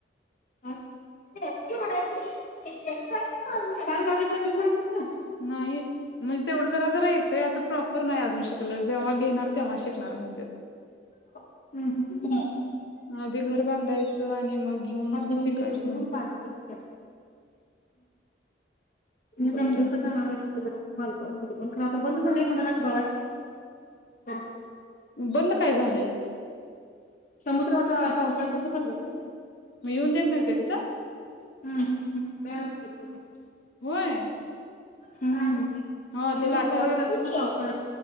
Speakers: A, on the left; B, on the left.
A: <unintelligible>
B: नाही म्हणजे तेवढं जरा जरा येतय असं प्रॉपर नाही अजून शिकलं जेव्हा घेणार तेव्हा शिकणार म्हणत्यात
A: येत नाही
B: आधी घर बांधायचं आणि मग घेऊन
A: हात धुवून
B: शिकायचं
A: मी घेतो सोडून
B: म्हणत्यात
A: पाणी पण त्याला. मी
B: तोपर्यंत
A: जमलच तर
B: नाही
A: <inaudible> मंग खर आता बंद झालय म्हणालात <inaudible> <unintelligible>
B: बंद काय झालय?
A: समुद्र आता पावसाळ्यात बंद पडला ना?
B: मग येऊन देत नाहीत का तिथं?
A: <unintelligible>
B: होय.
A: हम्म.
B: हा
A: समुद्र
B: ते लाटा
A: खवळलेला असतो ना पावसाळ्यात.